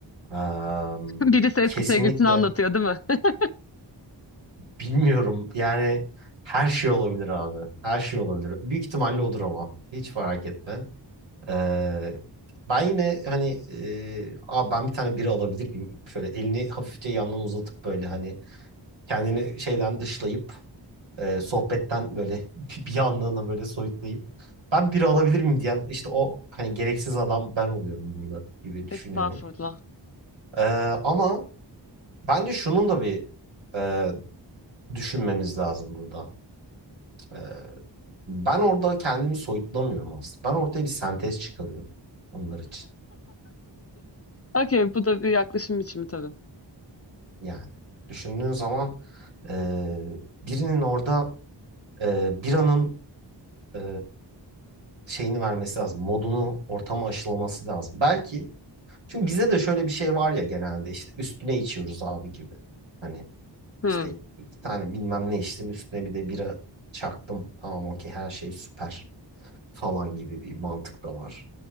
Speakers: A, on the right; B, on the left.
A: Am,
B: <laughs> Birisi eski
A: kesinlikle
B: sevgilisini anlatıyor değil mi? <laughs>
A: bilmiyorum. Yani her şey olabilir abi. Her şey olabilir. Büyük ihtimalle odur ama. Hiç fark etme. Ee, ben yine hani e, abi ben bir tane biri alabilir miyim? Şöyle elini hafifçe yandan uzatıp böyle hani kendini şeyden dışlayıp e, sohbetten böyle <laughs> bir bir anlığına böyle soyutlayıp ben biri alabilir miyim diyen işte o hani gereksiz adam ben oluyorum burada gibi düşünüyorum.
B: Estağfurullah.
A: Ee, ama bence şunun da bir e, düşünmemiz lazım burada. Ee, ben orada kendimi soyutlamıyorum aslında. Ben ortaya bir sentez çıkarıyorum onlar için.
B: Okey bu da bir yaklaşım biçimi tabii.
A: Yani düşündüğün zaman e, birinin orada e, bir anın e, şeyini vermesi lazım. Modunu ortamı aşılaması lazım. Belki çünkü bize de şöyle bir şey var ya genelde işte üstüne içiyoruz abi gibi. Hani
B: Hmm.
A: işte iki tane bilmem ne içtim üstüne bir de bira çaktım. Tamam okey her şey süper falan gibi bir mantık da var.